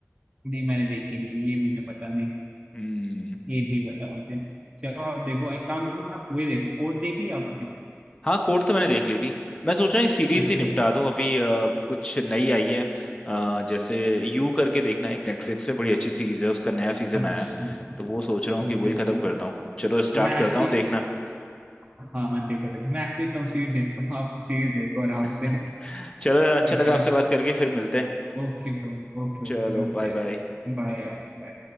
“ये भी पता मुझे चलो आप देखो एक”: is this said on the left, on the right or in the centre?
Right